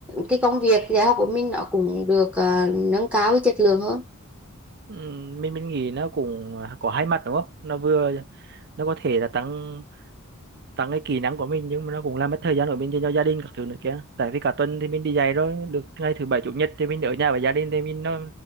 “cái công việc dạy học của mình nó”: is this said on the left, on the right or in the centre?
Centre